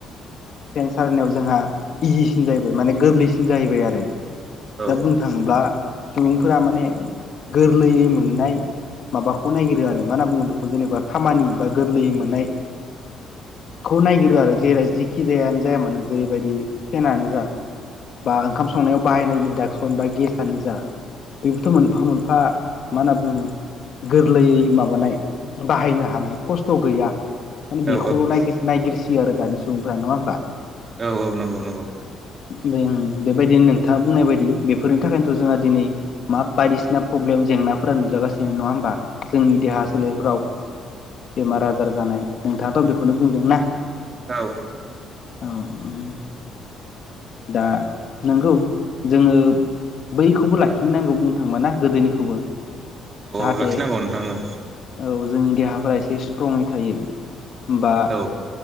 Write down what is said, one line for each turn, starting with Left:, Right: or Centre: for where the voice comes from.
Left: टेनसारनाव जोंहा इजिसिन जाहैबाय माने गोरलैसिन जाहैबाय आरो
Right: औ
Left: दा बुंनो थाङोब्ला सुबुंफोरा माने गोरलैयै मोननाय माबाखौ नायागिरो आरो मा होनना बुङो बेखौ जेनेबा खामानि बा गोरलैयै मोननाय
Right: <inaudible>
Left: खौ नायगिरो आरो जेरै जिखि जायानो जाया मानो जेरैबायदि फेनानो जा बा ओंखाम संनायाव बाहायनाय इन्डाक्सन बा गेसआनो जा बेबोथ' मोनफा मोनफा मा होनना बुङो गोरलैयै माबानाय बाहायनो हानाय खस्थ' गैया। माने बेखौल'
Right: औ
Left: नायगिर नायगिरसियो आरो दानि सुबुंफ्रा नङा होमबा?
Right: औ औ नंगौ नंगौ।
Left: बे उम बेबायदि नोंथाङा बुंनाय बायदि बेफोरनि थाखायनोथ' जोंहा दिनै मा बायदिसिना प्रब्लेम जेंनाफोरा नुजागासिनो नङा होमबा जोंनि देहा सोलेरफ्रोव बेमार आजार जानाय नोंथाङाथ' बेखौनो बुंदोंना?
Right: औ
Left: औ उम दा नंगौ जोङो बैखौबो लाखिनोनांगौ बुंनो थांबा ना गोदोनिखौबो जाहाथे
Right: औ लाखिनांगौ नोंथां औ
Left: औ जोंनि देहा फोरासे एसस्ट्रङै थायो बा
Right: औ